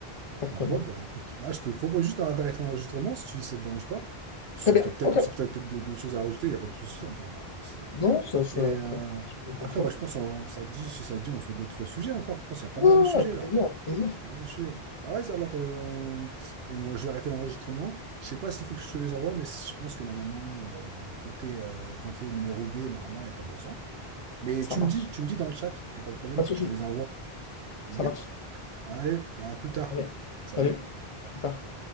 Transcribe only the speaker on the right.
Donc, ouais, bah écoute, là, je te propose juste d'arrêter l'enregistrement si tu, ça te dérange pas. Ou Si
t'as peut-être,
ou si t'as peut-être d'autres d'autres choses à rajouter, il n'y a pas de souci, on peut en parler aussi. hein.
Et euh,
après,
bah, je pense, on- ça te dit, si ça te dit, on fait d'autres sujets encore. Je pense qu'il y a pas
mal
de sujets
là.
Pas mal de sujets. Bah, vas-y, alors, euh, on- on- je vais arrêter l'enregistrement. Je sais pas s'il faut que je te les envoie, mais je pense que normalement, euh, quand t'es, euh, quand t'es numéro B, normalement, il n'y a pas besoin. Mais
tu
me dis, tu me dis dans le chat, il n'y a pas de problème,
je te les envoie. OK?
Allez, bah, à plus tard.
Salut.